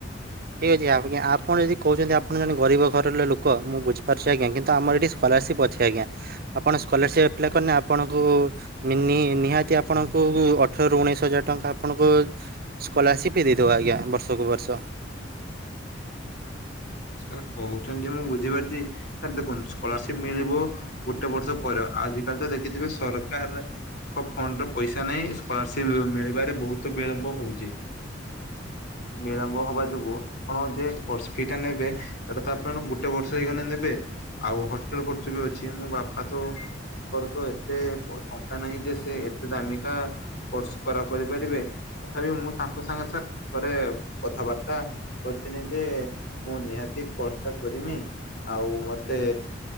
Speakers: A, on the right; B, on the left.
A: ଠିକ ଅଛି ଆଜ୍ଞ ଆପଣ ଯଦି କହୁଛନ୍ତି ଆପଣେ ଗରିବ ଘର ଲୋକ ମୁଁ ବୁଝିପାରୁଛି ଆଜ୍ଞା କିନ୍ତୁ ଆମର ଏଠି ସ୍କଲାରସିପ୍ ଅଛି ଆଜ୍ଞା ଆପଣ ସ୍କଲାରସିପ୍ ଆପ୍ଲାଏ କରିଲେନେ ଆପଣଙ୍କୁ ମିନି ନିହାତି ଆପଣଙ୍କୁ ଅଠର ରୁ ଉଣେଇଶି ହଜାର ଟଙ୍କା ଆପଣଙ୍କୁ ସ୍କଲାରସିପ ଦେଇଦବ ଆଜ୍ଞା ବର୍ଷକୁ ବର୍ଷ
B: ସାର୍ କହୁଛନ୍ତି ଯେ ମୁଁ ବୁଝିପାରୁଛି ସାର୍ ଦେଖନ୍ତୁ ସ୍କଲାରସିପ ମିଳିବ। ଗୋଟେ ବର୍ଷ ପରେ ଆଜି କାଲି ତ ଦେଖିଥିବେ ସରକାର ଫଣ୍ଡରେ ପଇସା ନାହିଁ ସ୍କଲାରସିପ ମିଳିବାରେ ବହୁତ ବିଳମ୍ବ ହଉଛି ବିଳମ୍ବ ହବା ଯୋଗୁ ଆପଣ ଯେ କର୍ସ ଫି ଟା ନେବେ। ସେଇଟା ତ ଆପଣ ଗୋଟେ ବର୍ଷ ହେଇଗଲେ ନେବେ ଆଉ ହଷ୍ଟେଲ ଖର୍ଚ୍ଚ ବି ଅଛି ମୋ ବାପା ତ କରର ତ ଏତେ ଟଙ୍କା ନାହିଁ ଯେ ସେ ଏତେ ଦାମିକା କୋସ କର କରିପାରିବେ ତଥାପି ମୁଁ ତାଙ୍କ ସାଙ୍ଗରେ ସାର୍ ଥରେ କଥାବାର୍ତ୍ତା କରିଥିଲି ଯେ ମୁଁ ନିହାତି କର୍ସଟା କରିମି ଆଉ ମତେ